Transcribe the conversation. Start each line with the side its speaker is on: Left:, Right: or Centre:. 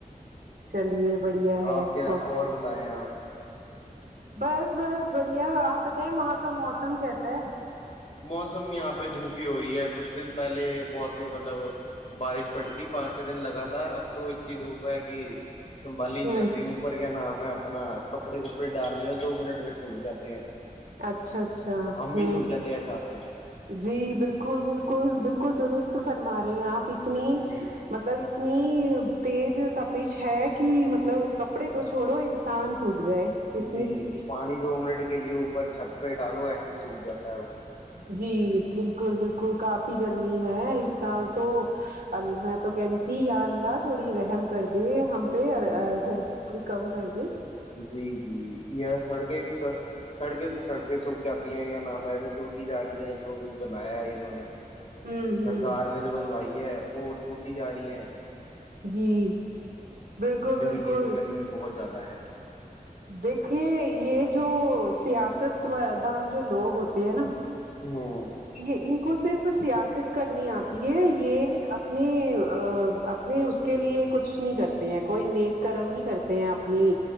Right: چلیے بڑھیا ہے
Left: آپ کیا
Right: وہ
Left: اور بتائیں آپ
Right: بس بس بڑھیا آپ بتائے وہاں کا موسم کیسا ہے
Left: موسم یہاں پہ دھوپ ہی ہو رہی ہے کچھ دن پہلے بہت مطلب بارش پڑی تھی پانچ چھ دن لگاتار اب تو اتنی دھوپ ہے کہ سنبالی نہیں
Right: ہوں
Left: جاند اوپر کیا نام ہے اپنا کپڑے کپڑے ڈالنے دو منٹ میں سوکھ جاتے ہیں
Right: اچھا اچھا
Left: ہم بھی
Right: ہوں
Left: سوکھ جاتے ہیں ساتھ میں
Right: جی بالکل بالکل بالکل درست فرما رہے ہیں آپ اتنی
Left: جی
Right: مطلب اتنی تیز تپش ہے کہ
Left: ہاں
Right: مطلب کپڑے تو چھوڑو انسان سوکھ جائے
Left: جی
Right: اتنی تش
Left: پانی دو منٹ کے لیے او پر چھت پہ ڈالو ایسے ہی سوکھ جا ہے
Right: جی بالکل بالکل کافی گرمی ہے اس سال تو میں تو کہہ رہی تھی یا اللہ تھوڑی رحم کر دے ہم گھر
Left: جی جی
Right: بڑی کم کر
Left: جی جی سڑکیں بھی سڑکیں تو سڑکیں سوکھ جاتی ہیں یا نام ایسے ٹوٹی جا رہی ہیں جو بھی بنایا ہے انہوں نے
Right: ہوں ہوں
Left: سرکار نے جو بنوائی ہے وہ ٹوٹی جا رہی ہے
Right: جی بالکل بالکل
Left: کی گرمی بہت زیادہ ہے
Right: دیکھیے یہ جو سیاستدام جو لوگ ہوتے ہیں نا
Left: ہاں
Right: یہ ان کو صرف سیاست کرنی آتی ہے یہ اپنی نہیں اس کے لیے کچھ نہیں کرتے ہیں کوئی نیک کرم نہیں کرتے ہیں اپنی